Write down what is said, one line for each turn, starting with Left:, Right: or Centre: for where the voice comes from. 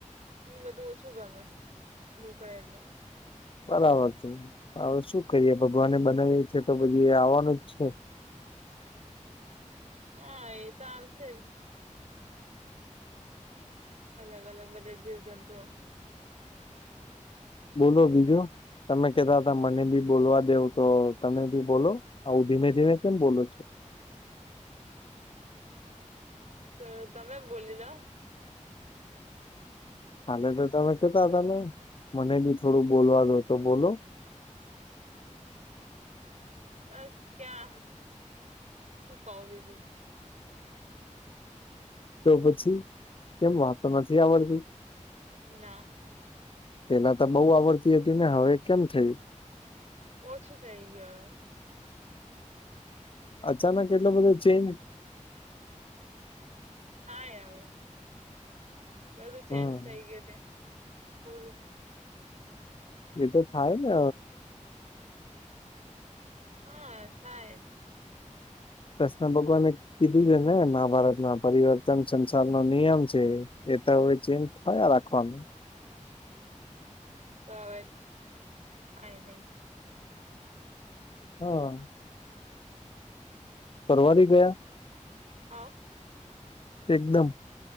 Right: એ બધું ઓછું ગમે નિનીફળેમાં
Left: બરાબર છે હવે શું કરીએ ભગવાને બનાવીએ છે તો પછી આવવાનું જ છે.
Right: હા એ તો આવશે જ અલગ અલગ બધે જીવ જંતુ
Left: બોલો બીજું તમે કેતા હતા મને બી બોલવા દેવ તો તમે બી બોલો આવું ધીમે ધીમે કેમ બોલો છે.
Right: તો તમે બોલી જાઓ
Left: કાલે તો તમે કેતા તાને મને બી થોડું બોલવાલો તો બોલો
Right: બસ ક્યાં શું કવ બીજું
Left: તો પછી કેમ વાતો નથી આવડતી
Right: ના
Left: પહેલા તો બહુ આવડતી હતી ને હવે કેમ થયું.
Right: ઓછું થઈ ગયું હવે.
Left: અચાનક એટલો બધો ચેન્જ.
Right: હા આવે બધું
Left: હમ
Right: ચેન્જ થઈ ગયું પોડું
Left: એ તો થાય ને
Right: હા થાય‌.
Left: કૃષ્ણ ભગવાને કીધું છે ને મહાભારતમાં પરિવર્તન સંસાર નો નિયમ છે. એ તો હોય છે <unintelligible>
Right: તો હવે કાઈ નય
Left: હા પરવારી ગયા
Right: હા
Left: એકદમ